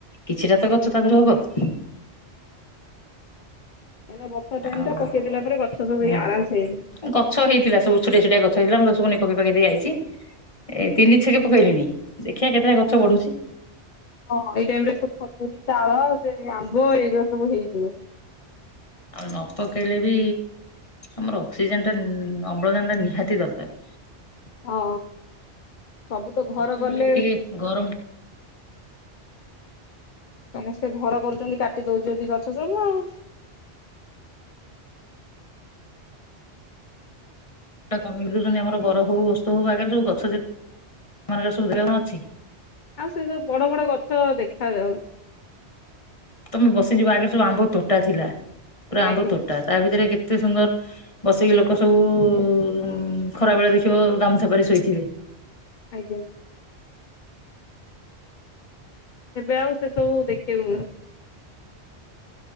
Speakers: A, on the left (about 30°); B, on the left (about 50°).
A: କିଛିଟା ତ ଗଛ ତାଦେହରୁ ହବ।
B: କାଇଁ ନା ବର୍ଷା ଟାଇମ
A: ଆଉ
B: ଟା ପକେଇଦେଲା ପରେ ଗଛ ସବୁ ହେଇ
A: ହୁଁ।
B: ଆରାମସେ ହେ
A: ଗଛ ହେଇଥିଲା ସବୁ ଛୋଟିଆ ଛୋଟିଆ ଗଛହେଇଥିଲା ମୁଁ କହିଲି ସବୁ ନେ ପକେଇ ପାକେଇ ଦେଇ ଆଇଚି ଏ ତିନି ଛେକେ ପକେଇଲିଣି ଦେଖିଆ କେତେଟା ଗଛ ବଢୁଚି।
B: ହଁ ଏଇ ଟାଇମ ରେ ସେ ଖଜୁରୀ ତାଳ ସେ ଆମ୍ବ ଏଇଗୁଡା ସବୁ ହେଇଯିବ।
A: ଆଉ ନ ପକେଇଲେ ବି ଆମର ଅକ୍ସିଜେନ ଟା ଅମ୍ଳଜାନ ଟା ନିହାତି ଦରକାର।
B: ହଁ ସବୁ ତ ଘର
A: ଗଛ
B: ଗଲେ
A: ହେଲେ ବି ଟିକେ ଗରମ
B: ସମସ୍ତେ ଘର କରୁଛନ୍ତି କାଟି ଦଉଛନ୍ତି ଗଛ ସବୁ ଆଉ! <unintelligible>
A: କମୁ ଯେମି ଆମର ବର ହଉ ଓସ୍ତ ହଉ ଆଗରେ ସବୁ ଗଛ ଯେ ଏମାନଙ୍କର ସୁବିଧା କଣ ଅଛି?
B: ଆଉ ସେ ସବୁ ବଡ ବଡ ଗଛ ଦେଖା ଯାଉନି।
A: ତମେ ବସିଯିବ ଆଗରେ ସବୁ ଆମ୍ବ ତୋଟା ଥିଲା ପୁରା
B: ଆଜ୍ଞା
A: ଆମ୍ବ ତୋଟା ତା ଭିତରେ କେତେ ଏତେ ସୁନ୍ଦର ବସିକି ଲୋକ ସବୁ ଖରା ବେଳେ ଦେଖିବ ଗାମୁଛା ପାରି ଶୋଇଥିବେ।
B: ଆଜ୍ଞା! ଏବେ ଆଉ ସେସବୁ ଦେଖିବାକୁ